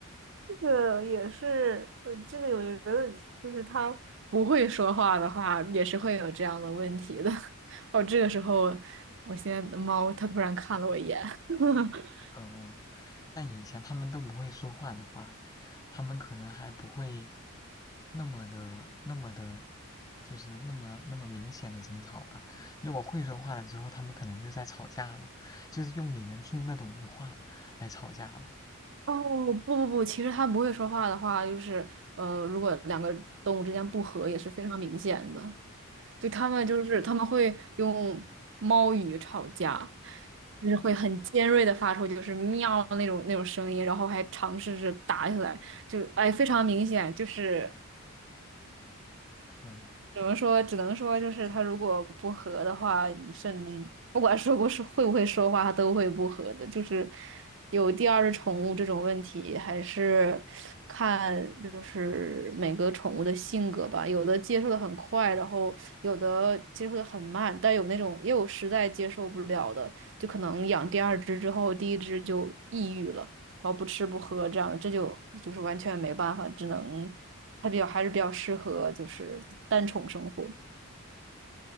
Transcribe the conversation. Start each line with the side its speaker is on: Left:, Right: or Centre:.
Right: 这个也是，呃，这个我觉得就是它，不会说话的话，也是会有这样的问题的。<laughs> 哦，这个时候，我现在的猫它突然看了我一眼，<laughs>
Left: 嗯，但以前他们都不会说话的话。他们可能还不会，那么的那么的，就是那么那么明显的争吵吧。如果会说话了之后，他们可能就在吵架了，就是用你能听得懂的话来吵架了。
Right: 哦，不不不，其实它不会说话的话，就是呃，如果两个动物之间不和也是非常明显的。对，它们就是他们会用猫语吵架，就是会很尖锐的发出就是喵那种那种声音，然后还尝试着打起来，就哎非常明显，就是
Left: 嗯，
Right: 怎么说？只能说就是它如果不和的话，你甚至你不管说不是会不会说话，它都会不和的。就是有第二只宠物这种问题，还是看就是每个宠物的性格吧。有的接受的很快，然后有的接受的很慢，但有那种也有实在接受不了的，就可能养第二只之后，第一只就抑郁了，然后不吃不喝这样，这就就是完全没办法，只能。它比较还是比较适合就是单宠生活。